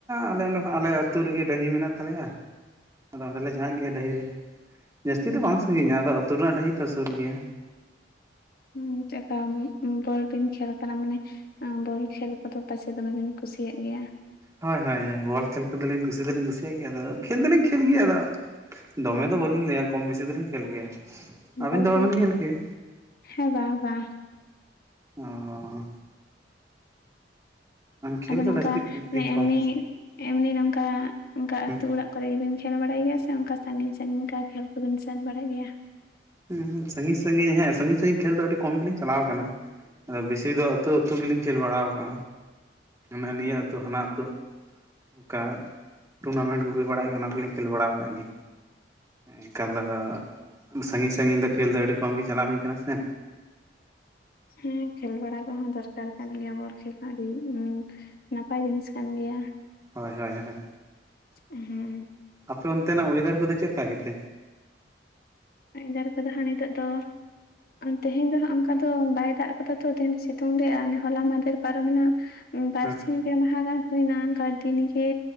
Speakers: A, on the right; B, on the left.
A: ᱟᱞᱮ ᱚᱸᱰᱮ ᱟᱞᱮ ᱟᱹᱛᱩ ᱨᱮᱜᱮ ᱰᱟᱹᱦᱤ ᱢᱮᱱᱟᱜ ᱛᱟᱞᱮᱭᱟ, ᱟᱫᱚ ᱚᱸᱰᱮᱞᱮ ᱪᱟᱜ ᱜᱮᱭᱟ ᱰᱟᱹᱦᱤᱨ ᱨᱮ ᱡᱟᱹᱥᱛᱤ ᱫᱚ ᱵᱟᱝ ᱥᱟᱺᱜᱤᱧᱟ ᱟᱫᱚ ᱟᱹᱛᱩ ᱨᱮᱱᱟᱜ ᱰᱟᱹᱦᱤ ᱛᱚ ᱥᱩᱨ ᱜᱮᱭᱟ᱾
B: ᱩᱸ ᱪᱮᱫᱠᱟ ᱵᱚᱞ ᱵᱤᱱ ᱠᱷᱮᱞ ᱠᱟᱱᱟ ᱢᱟᱱᱮ ᱵᱚᱞ ᱠᱷᱮᱞ ᱠᱚᱫᱚ ᱯᱟᱪᱮᱫ ᱫᱚᱢᱮ ᱵᱤᱱ ᱠᱩᱥᱤᱭᱟᱜ ᱜᱮᱭᱟ?
A: ᱦᱳᱭ ᱦᱳᱭ ᱦᱳᱭ ᱵᱚᱞ ᱠᱷᱮᱞ ᱠᱚᱫᱚ ᱞᱤᱧ ᱠᱩᱥᱤ ᱫᱚᱞᱤᱧ ᱠᱩᱥᱤᱭᱟᱜ ᱜᱮᱭᱟ ᱟᱫᱚ ᱠᱷᱮᱞ ᱫᱚᱞᱤᱧ ᱠᱷᱮᱞ ᱜᱮᱭᱟ᱾ ᱟᱫᱚ ᱫᱚᱢᱮ ᱫᱚ ᱵᱟᱹᱞᱤᱧ ᱞᱟᱹᱭᱟ ᱠᱚᱢ ᱵᱮᱥᱤ ᱫᱚᱞᱤᱧ ᱠᱷᱮᱞ ᱜᱮᱭᱟ᱾ ᱟᱹᱵᱤᱱ
B: ᱵᱚᱞ
A: ᱫᱚ
B: ᱠᱷᱮᱞ
A: ᱵᱟᱵᱤᱱ ᱜᱮᱭᱟ
B: ᱦᱮᱸ ᱵᱟ ᱵᱟ,
A: ᱚᱻ ᱠᱷᱮᱞ
B: ᱟᱫᱚ ᱱᱚᱝᱠᱟ
A: ᱫᱚ ᱞᱟᱹᱠᱛᱤ ᱠᱟᱱ ᱜᱮᱭᱟ
B: ᱮᱢᱱᱤ
A: ᱠᱚᱢ ᱵᱮᱥᱤ
B: ᱮᱢᱱᱤ ᱱᱚᱝᱠᱟ ᱱᱚᱝᱠᱟ
A: ᱫᱚ᱾
B: ᱟᱹᱛᱩ ᱚᱲᱟᱜ ᱠᱚ ᱠᱚᱨᱮ ᱜᱮᱵᱤᱱ ᱠᱷᱮᱞ ᱵᱟᱲᱟᱭ ᱜᱮᱭᱟ ᱥᱮ ᱚᱱᱠᱟ ᱥᱟᱺᱜᱤᱧ ᱥᱟᱺᱜᱤᱧ ᱠᱷᱮᱞ ᱠᱚᱵᱤᱱ ᱥᱮᱱ ᱵᱟᱲᱟᱜ ᱜᱮᱭᱟ
A: ᱦᱩᱸ ᱥᱟᱺᱜᱤᱧ ᱥᱟᱺᱜᱤᱧ ᱦᱮᱸ ᱥᱟᱺᱜᱤᱧ ᱥᱟᱺᱜᱤᱧ ᱠᱷᱮᱞ ᱫᱚ ᱟᱹᱰᱤ ᱠᱚᱢ ᱜᱮᱞᱤᱧ ᱪᱟᱞᱟᱣ ᱟᱠᱟᱱᱟ ᱟᱫᱚ ᱵᱮᱥᱤ ᱵᱮᱥᱤ ᱫᱚ ᱟᱹᱛᱩ ᱟᱹᱛᱩ ᱜᱮᱞᱤᱧ ᱠᱷᱮᱞ ᱵᱟᱲᱟ ᱟᱠᱟᱜᱼᱟ ᱢᱟᱱᱮ ᱱᱤᱭᱟᱹ ᱟᱹᱛᱩ ᱦᱟᱱᱟ ᱟᱹᱛᱩ ᱚᱱᱠᱟ ᱴᱩᱨᱱᱟᱢᱮᱱᱴ ᱠᱚ ᱦᱩᱭ ᱵᱟᱲᱟᱜ ᱜᱮᱭᱟ ᱚᱱᱟ ᱠᱚᱞᱤᱧ ᱠᱷᱮᱞ ᱵᱟᱲᱟ ᱟᱠᱟᱫ ᱜᱮᱭᱟ ᱚᱱᱠᱟ ᱫᱚ ᱥᱟᱺᱜᱤᱧ ᱥᱟᱜᱤᱧ ᱫᱚ ᱠᱷᱮᱞ ᱫᱚ ᱟᱹᱰᱤ ᱠᱚᱢ ᱜᱮ ᱪᱟᱞᱟᱣ ᱦᱩᱭ ᱠᱟᱱᱟ ᱥᱮ
B: ᱦᱮᱸ ᱠᱷᱮᱞ ᱵᱟᱲᱟ ᱠᱚᱦᱚᱸ ᱫᱚᱨᱠᱟᱨ ᱠᱟᱱ ᱜᱮᱭᱟ ᱵᱚᱞ ᱠᱷᱮᱞ ᱦᱚᱸ ᱟᱹᱰᱤ ᱱᱟᱯᱟᱭ ᱡᱤᱱᱤᱥ ᱠᱟᱱ ᱜᱮᱭᱟ
A: ᱦᱳᱭ ᱦᱳᱭ ᱦᱳᱭ
B: ᱦᱮᱸ
A: ᱟᱯᱮ ᱚᱱᱛᱮᱱᱟᱜ ᱚᱭᱮᱫᱟᱨ ᱠᱚᱫᱚ ᱪᱮᱫ ᱞᱮᱠᱟ ᱜᱮᱛᱮ
B: ᱣᱮᱟᱨ ᱠᱚᱫᱚ ᱦᱟᱸᱜ ᱱᱤᱛᱳᱜ ᱫᱚ ᱛᱮᱦᱮᱧ ᱫᱚ ᱦᱟᱸᱜ ᱚᱱᱠᱟ ᱫᱚ ᱵᱟᱭ ᱫᱟᱜ ᱠᱟᱫᱟ ᱛᱚ ᱛᱮᱦᱮᱧ ᱫᱚ ᱥᱤᱛᱩᱝ ᱨᱮᱭᱟ ᱦᱚᱞᱟ ᱢᱟᱦᱫᱮᱨ ᱯᱟᱨᱚᱢᱮᱱᱟ ᱵᱟᱨᱥᱤᱧ
A: ᱦᱮᱸ
B: ᱯᱮ ᱢᱟᱦᱟ ᱜᱟᱱ ᱦᱩᱭᱱᱟ ᱚᱱᱠᱟ ᱫᱤᱱ ᱜᱮ